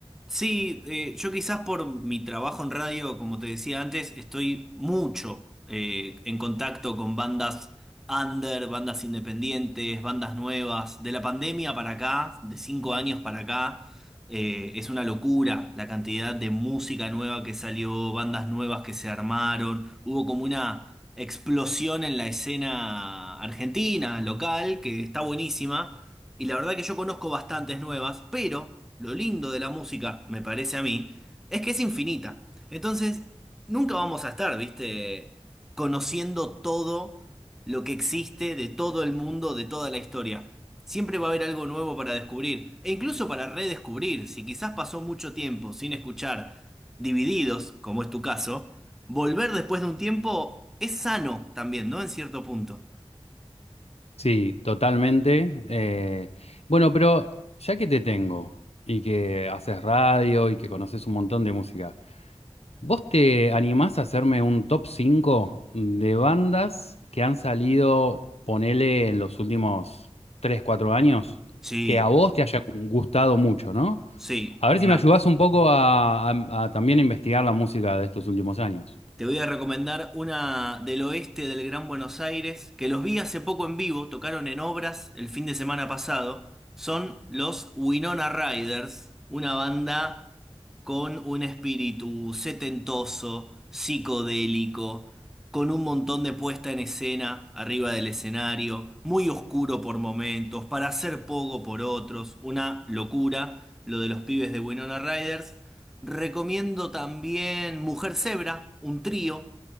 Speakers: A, in the centre; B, on the left.
A: Sí, eh, yo quizás por mi trabajo en radio, como te decía antes, estoy mucho eh, en contacto con bandas under, bandas independientes, bandas nuevas. De la pandemia para acá, de cinco años para acá, eh, es una locura la cantidad de música nueva que salió, bandas nuevas que se armaron. Hubo como una explosión en la escena argentina, local, que está buenísima. Y la verdad que yo conozco bastantes nuevas, pero lo lindo de la música, me parece a mí, es que es infinita. Entonces, nunca vamos a estar, viste, conociendo todo lo que existe de todo el mundo, de toda la historia. Siempre va a haber algo nuevo para descubrir, e incluso para redescubrir, si quizás pasó mucho tiempo sin escuchar Divididos, como es tu caso, volver después de un tiempo es sano también, ¿no? En cierto punto.
B: Sí, totalmente. Eh, bueno, pero ya que te tengo y que haces radio y que conoces un montón de música, ¿vos te animás a hacerme un top 5 de bandas que han salido, ponele, en los últimos 3 4 años,
A: Sí,
B: que a vos te haya gustado mucho, ¿no?
A: sí,
B: A ver
A: mira.
B: si me ayudás un poco a, a- a también investigar la música de estos últimos años.
A: Te voy a recomendar una del oeste del Gran Buenos Aires, que los vi hace poco en vivo, tocaron en obras el fin de semana pasado. Son los Winona Riders, una banda con un espíritu setentoso, psicodélico, con un montón de puesta en escena arriba del escenario, muy oscuro por momentos, para hacer poco por otros, una locura lo de los pibes de Winona Riders. Recomiendo también Mujer Zebra, un trío